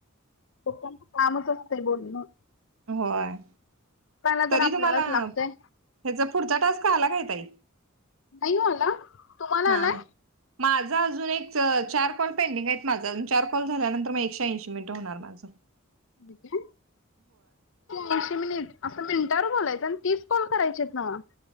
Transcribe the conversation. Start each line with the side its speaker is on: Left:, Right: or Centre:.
Left: लोकाच कामच असतय, बोलणं.
Right: होय.
Left: त्याला
Right: तरी
Left: तर आपल्यालाच
Right: तुम्हाला,
Left: लागतंय
Right: ह्याचा पुढचा टस्क आला काय ताई.
Left: नाही हो आला, तुम्हाला
Right: हा
Left: आलाय.
Right: माझा अजून एक चार कॉल पेंडिंग आहेत माझा अजून चार कॉल झाल्यानंतर, मग एकशे ऐंशी मिनटं होणार. पाज
Left: म्ह तऐशे मिनिट असं मिनिटावर बोलायचं आणि तीच कॉल करायचीत नावा.